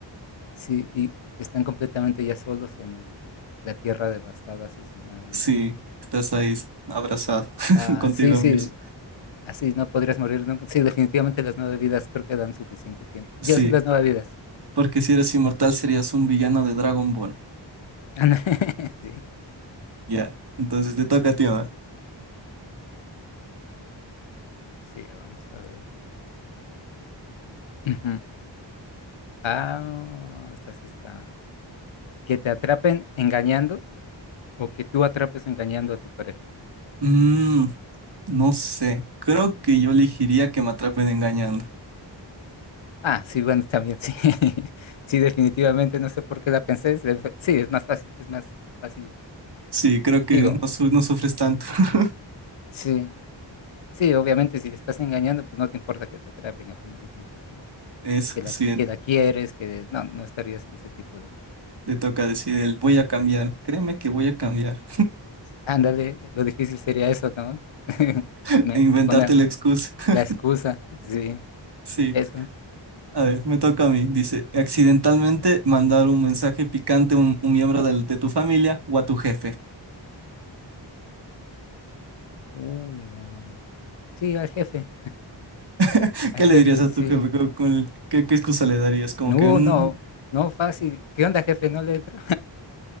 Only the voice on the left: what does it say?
sí, y que están completamente ya solos en el- la tierra devastada, así sin nada,
¿no? Así,
ah,
sí, sí,
así no podrías morir nunca. Sí, definitivamente las nueve vidas creo que dan suficiente tiempo. Yo
sí, las nueve vidas.
<laughs> Sí,
sí, ya vamos a ver. Ujú. Ah, esta sí está. Que te atrapen engañando O que tú atrapes engañando a tu pareja.
Ah, sí, bueno, también sí. <laughs> Sí, definitivamente, no sé por qué la pensé. es def- Sí, es más fácil, es más fácil.
Digo,
sí, sí, obviamente si te estás engañando, pues no te importa que te atrapen a final de cuentas, ¿no?
Que la,
que la quieres, que no, no estarías en ese tipo de...
Ándale, lo difícil sería eso, ¿no? <laughs>
Me
pone
la excusa, sí,
eso.
Uy, no. Sí, al jefe,
al
jefe,
sí.
No,
no, no fácil. ¿Qué onda, jefe? No le entro.